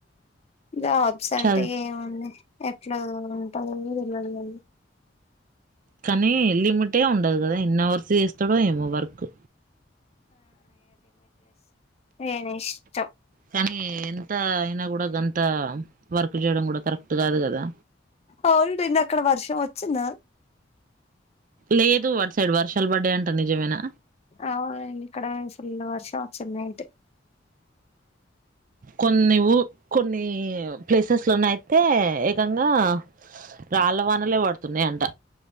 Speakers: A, on the left; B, on the right.
A: జాబ్స్ అంటే
B: చదు
A: ఏముంది ఎట్లా ఉంటంది తెల్వా
B: కనీ లిమిట్ ఆ ఉండదు కదా ఎన్నో వర్స్ చేస్తాడో ఏమో వర్క్
A: నీ ఇష్టం
B: కానీ ఎంత అయినా కూడా గంత అంత వర్క్ చేయడం కూడా కరెక్ట్ కాదు కదా
A: అవును నిన్న అక్కడ వర్షం వచ్చిందా
B: లేదు అటు సైడ్ వర్షాలు పడ్డాయి అట నిజమేనా
A: అవును ఇక్కడ ఫుల్ వర్షం వచ్చింది నైట్
B: కొన్నివు కొన్ని ప్లేసెస్ లోనే అయితే ఏకంగా రాళ్ళ వానలే పడుతున్నాయ అంట